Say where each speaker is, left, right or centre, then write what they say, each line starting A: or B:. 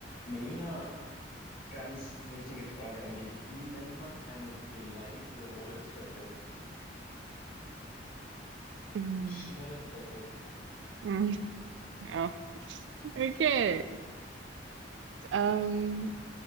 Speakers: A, on the left (about 50°); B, on the right (about 75°).
A: Melina, ganz wichtige Frage an dich. Wie nennt man eine beleidigte Rolltreppe?
B: Mhm.
A: Schmolltreppe.
B: Mhm. Ja, okay. Ähm,